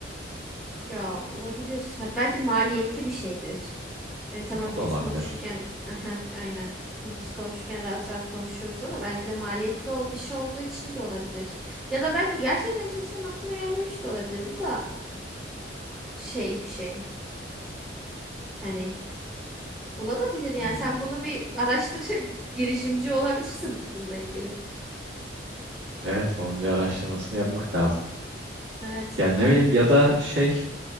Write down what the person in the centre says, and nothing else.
Ya olabilir. Hani belki maliyetli bir şeydir. Hani tamam
biz
konuşurken <laughs> Aha, aynen. Şimdi biz konuşurken rahat rahat konuşuyoruz ama belki de maliyetli ol bir şey olduğu için de olabilir. Ya da belki gerçekten kimsenin aklına gelmemiş de olabilir. Bu da şey bir şey. Hani olabilir yani.
Sen bunu bir araştırıp <laughs> girişimci olabilirsin bununla ilgili.
Evet
bir bak.